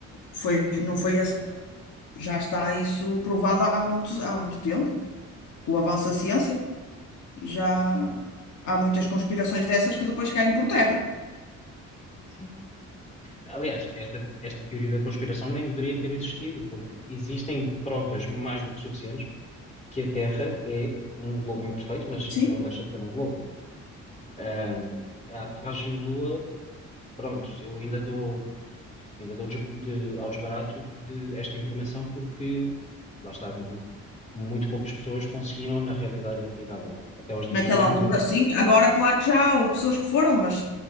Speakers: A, on the left; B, on the left.
A: foi, não foi, esse- já está isso provado há muitos, há muito tempo. Com o avanço da ciência, já há muitas conspirações dessas que depois caem por terra.
B: Sim. Aliás, esta, esta teoria da conspiração nem deveria ter existido, porque existem provas mais do que suficientes que a Terra é um globo imperfeito, mas
A: Sim,
B: não deixa de ser um globo. Ahm, a aterragem na Lua, pronto, eu ainda dou Ainda dou de, de, ao desbarato de esta informação porque, lá está, muito poucas pessoas conseguiram, na realidade, ir à Lua. Até aos dias
A: naquela
B: de hoje,
A: altura,
B: muito
A: sim.
B: pouco.
A: Agora, claro que já houve pessoas que foram, mas